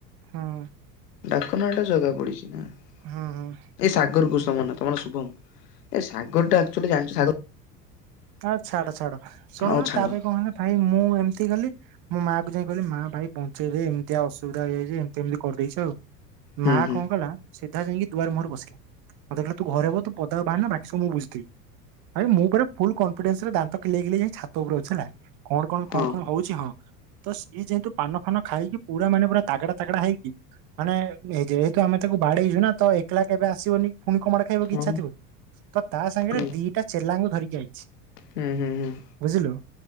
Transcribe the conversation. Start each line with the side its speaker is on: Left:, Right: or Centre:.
Right: ହଁ।
Left: ଡାକ ନା ଟା ଜଗା ପଡିଛି ନା ଏଇ
Right: ହୁଁ ହୁଁ
Left: ସାଗରକୁ ସ ମାନେ ତୁମ ନା ଶୁଭମ ଏ ସାଗର ଟା ଆକଚୁଆଲି ଜାଣିଛ ସାଗ
Right: ହଁ ଛାଡ ଛାଡ ଶୁଣୁନ
Left: ହଉ ଛାଡ
Right: ତା ପରେ କଣ ହେଲା ଭାଇ ମୁଁ ଏମିତି ଗଲି। ମୋ ମାଆ କୁ ଯାଇ କହିଲି ମା ଭାଇ ପଞ୍ଚେଇଦେ ଏମିତିଆ ଅସୁବିଧା ହେଇଯାଇଛି ଏମିତି ଏମିତି କରିଦେଇଛି ଆଉ
Left: ହୁଁ
Right: ମା
Left: ହୁଁ
Right: କଣ କଲା ସିଧା ଯାଇକି ଦୁଆର ମୁହଁରେ ବସିଲା ମତେ କହିଲା ତୁ ଘରେ ବ ତୁ ପ ପଦାକୁ ବାହେରେନା ବାକିସବୁ ମୁଁ ବୁଝିଦେବି ଆରେ ମୁଁ ପରା ଫୁଲ କନଫିଡେନ୍ସ ରେ ଦାନ୍ତ କିଲେଇ କିଲେଇ ଯାଇ ଛାତ ଉପରେ ଅଛି କଣ କଣ କଣ
Left: ହଁ
Right: କଣ ହଉଛି ହଁ। ତ ସିଏ ଯେହେତୁ ପାନ ଫାନ ଖାଇକି ପୁରା ମାନେ ପୁରା ତାଗଡା ତାଗଡା ହେଇକି ମାନେ ଏ ଯେହେତୁ ଆମେ ତାକୁ ବାଡେଇଛୁ ନା ତ ଏକଲା କେବେ ଆସିବନି ପୁଣି କଣ ମାଡ୍ ଖାଇବାକୁ
Left: ହଁ
Right: ଇଛା ଥିବ କି ତା ସାଙ୍ଗରେ
Left: ହୁଁ
Right: ଦିଟା ଚେଲାଙ୍କୁ ଧରିକି ଆଇଛି।
Left: ହୁଁ ହୁଁ ହୁଁ।
Right: ବୁଝିଲୁ।